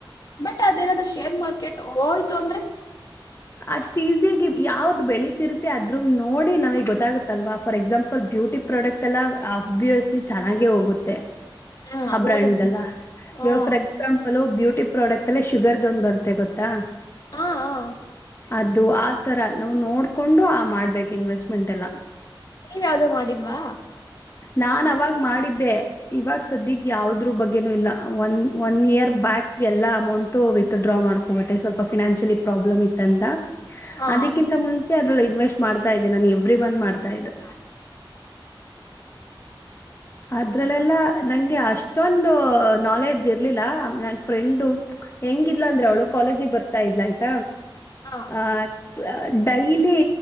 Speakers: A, on the left; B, on the left.
A: ಬಟ್ ಅದೇನಾದ್ೂ ಶೇರ್ ಮಾರ್ಕೆಟ್ ಹೋಯ್ತ. ತಂದ್ರೆ.
B: ಅಷ್ಟ್ ಈಸಿಯಾಗಿ ಯಾವ್ದ್ ಬೆಳೀತಿರುತ್ತೆ ಅದ್ರ ನೋಡಿ ನಮಗ್ ಗೊತ್ತಾಗುತ್ತಲ್ವಾ ಫಾರ್ ಎಕ್ಸಾಂಪಲ್ ಬ್ಯೂಟಿ ಪ್ರಾಡಕ್ಟ್ ಎಲ್ಲ ಅಬ್ಬಿಯಸ್ಲಿ ಚೆನ್ನಾಗೆ ಹೋಗುತ್ತೆ.
A: ಹ್ಮ್
B: ಆ
A: ಅದೋಗುತ್ತೆ
B: ಬ್ರ್ಯಾಂಡ್ಲ್ಲ
A: ಹ್ಮ್
B: ಇವಾಗ ಫಾರ್ ಎಕ್ಸಾಂಪಲ್ ಬ್ಯ. ಿ ಪ್ರಾಡಕ್ಟ್ ಅಲ್ಲೇ ಶುಗರ್ ದೊಂದ್ ಬರುತ್ತೆ ಗೊತ್ತಾ.
A: ಹಾ ಹಾ
B: ಅದು ಆ. ಆ ತರ ನಾವವು ನೋಡ್ಕೊಂಡು ಆ ಮಾಡ್ಬೇಕು ಇನ್ವೆಸ್ಟ್ಮೆಂಟ್ ಎಲ್ಲ.
A: ನೀವ ಯಾವ್ದೋ ಮಾಡಿಲ್ವಾ
B: ನಾನ್ ಅವಾಗ ಮಾಡಿದ್ದೆ ಇವಾಗ ಸದ್ಯಕ್ ಯಾವದ್ರ ಬಗ್ಗೆನೂ ಇಲ್ಲ ಒನ್ ಒನ್ ಇಯರ್ ಬ್ಯಾಕ್ ಎಲ್ಲ ಅಮೌಂಟು ವಿತ್ಡ್ರಾ ಮಾಡ್ಕೊಬಿಟ್ಟೆ ಸ್ವಲ್ಪ ಫಿನಾನ್ಷಿಯಲಿ ಪ್ರಾಬ್ಲಮ್ ಇತ್ತಂತ
A: ಹಾ
B: ಅದಕ್ಕಿಂತ ಮುಂಚೆ ಅದ್ ಇನ್ವೆಸ್ಟ್ ಮಾಡ್ತಾ ಇದ್ದೆ ನಾನು ಎವ್ರಿ ಮಂತ್ ಮಾಡ್ತಾ ಇದ್ದೆ ಅದ್ರಲ್ಲೆಲ್ಲ ನಂಗೆ ಅಷ್ಟೊಂದು ನಾಲೆಡ್ಜ್ ಇರ್ಲಿಲ್ಲ ನನ್ ಫ್ರೆಂಡು ಹೆಂಗಿದ್ಲು ಅಂದ್ರೆ
A: ಹ್ಮ್
B: ಅವಳು ಕಾಲಜಿಗೆ ಬರ್ ತಾ ಇದ್ಲೈತ
A: ಹಾ
B: ಆ ಡೈಲಿ